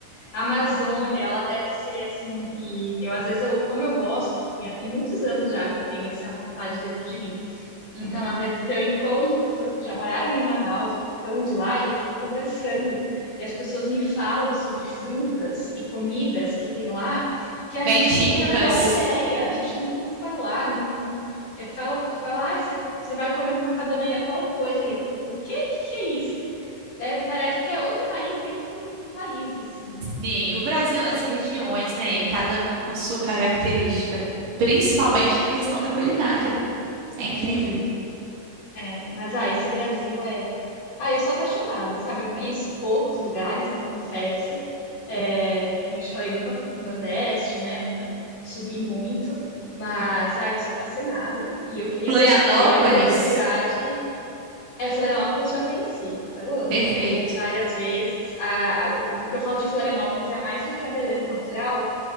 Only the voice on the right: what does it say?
Uhum.
Bem
típicas.
Sim, o Brasil, as regiões, né? Cada uma com a sua característica, principalmente na questão da culinária. É incrível.
Florianópolis?
Perfeito.